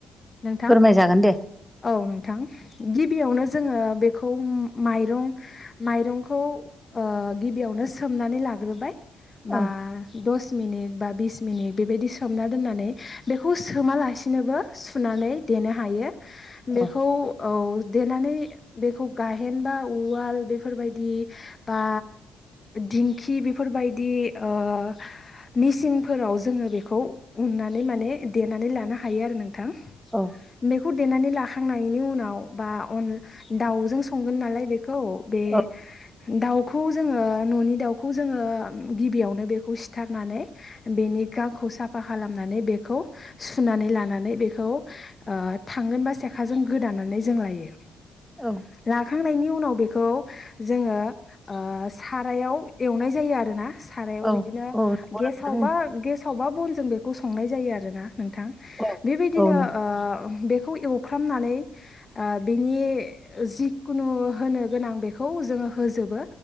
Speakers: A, on the left; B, in the centre.
A: नोंथां
B: फोरमायजागोन दे
A: औ नोंथां गिबियावनो जोङो बेखौ माइरं माइरंखौ ओ गिबि यावनो सोमनानै लाग्रोबाय बा
B: औ
A: दस मिनिट बा बिस मिनिट बेबायदि सोमना दोननानै बेखौ सोमालासिनोबो सुनानै देनो हायो बेखौ
B: औ
A: औ देनानै बेखौ गाहेन बा उवाल बेफोरबायदि बा दिंखि बेफोरबायदि ओ मिसिंफोराव जोङो बेखौ उननानै माने देनानै लानो हायो आरो नों थां
B: औ
A: बेखौ देनानै लाखां नायनि उनाव बा अनला दाव जों संगोन नालाय बे खौ बे
B: औ
A: दाउखौ जोङो न'नि दाउखौ जोङो गिबियावनो बेखौ सिथारनानै बेनि गांखौ साफा खालामनानै बेखौ सुनानै लानानै बे खौ ओ थांगोन बा सेखाजों गोदानानै जों लायो
B: औ
A: लाखांनायनि उनाव बेखौ जोङो ओ सारायाव एवनाय जायो आरो ना सारायाव
B: औ
A: बिदिनो
B: औ नंगौ
A: गेसावबा
B: नोंथां
A: गेस सावबा बनजों बेखौ संनाय जायो आरोना नोंथां
B: औ
A: बेबायदिनो
B: औ नंगौ
A: ओ खौ एवफ्रामनानै बिनि जिखुनु होनो गोनां बेखौ जों होजोबो